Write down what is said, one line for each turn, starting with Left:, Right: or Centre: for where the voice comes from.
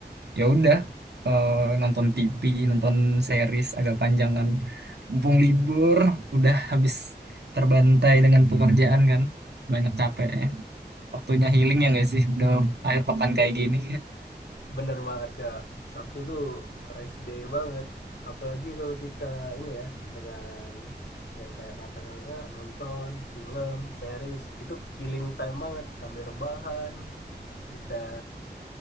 Right: ya udah eh, nonton TV, nonton series agak panjangan. Mumpung libur, udah habis terbantai dengan pekerjaan kan. Banyak capek ya. Waktunya healing ya guys sih udah akhir pekan kayak gini.
Left: Bener banget Kak. Sabtu tuh rest day banget. Apalagi kalau kita ini ya dengan yang kayak kata kakak nonton film, series itu killing time banget sambil rebahan kita